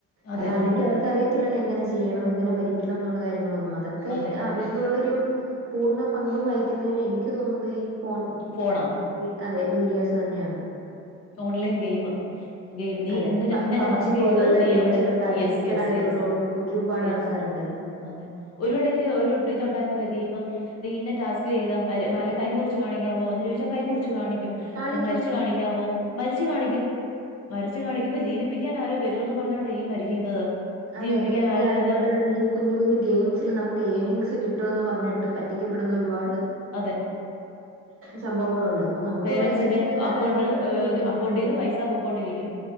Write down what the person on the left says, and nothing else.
അതെ
അതെ
ഫോണാ
ഓൺലൈൻ ഗെയിമ് ഗെയിം നീ
ഇന്ന
ഇന്ന
ടാസ്ക്കെയ്തു
നീ
അവടെ
യെസ് യെസ്
യെസ്
യെസ്.
അതെ, ഒരുഇടക്ക് ഒരു ഇതുണ്ടായിരുന്നല്ലോ ഗെയിമ്? നീ ഇന്ന ടാസ്ക് ചെയ്താ മാരെ അല്ലേ കൈ മുറിച്ച് കാണിക്കാവോ എന്ന് ചോദിച്ചാ കൈ മുറിച്ച് കാണി
മരിച്ചു കാണിക്കാവോ മരിച്ചു കാണിക്കും. മരിച്ചു കാണിക്കുമ്പോ ജീവിപ്പിക്കാനാരോ വരൂന്നും പറഞ്ഞോണ്ട ഈ മരിക്കുന്നത്.
ജീവിപ്പിക്കാൻ
ആര്
വരാനാ?
അതെ.
പേരൻറ്സിന്റെ
അക്കൗണ്ട്
ഏഹ്
അക്കൗണ്ടീന്ന് പൈസ പൊക്കോണ്ടിരിക്കും.